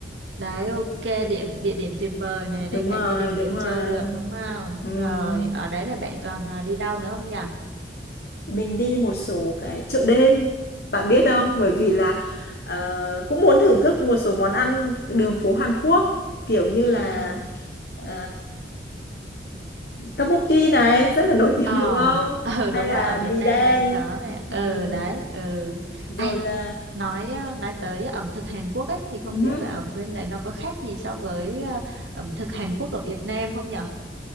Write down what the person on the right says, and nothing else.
Đấy ok điểm địa điểm tuyệt vời này đấy
cả
gia đình
đều
chơi được đúng không?
Rồi ở đấy là bạn còn à, đi đâu nữa không nhỉ?
Ừ.
ừ
ờ
<laughs> ờ
đúng
rồi ở Việt
Nam
mình có nè ờ
đấy ừ
à,
nói ờ, nói tới ẩm thực Hàn Quốc ấy thì không
biết là ở bên đấy nó có khác gì so với ờ, ẩm thực Hàn Quốc ở Việt Nam không nhở